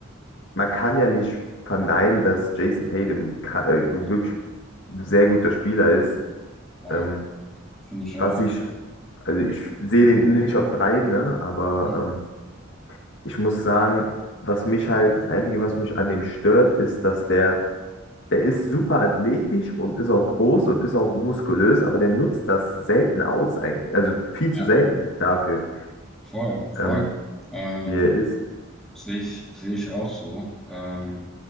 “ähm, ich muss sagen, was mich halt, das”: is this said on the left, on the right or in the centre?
Left